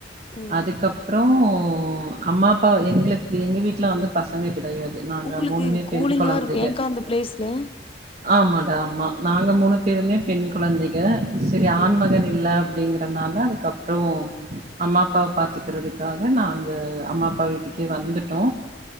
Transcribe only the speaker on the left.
ம்
உங்களுக்கு கூலிங்கா
இருக்கு ஏங்க்கா அந்த பிளேஸ்ல
ம்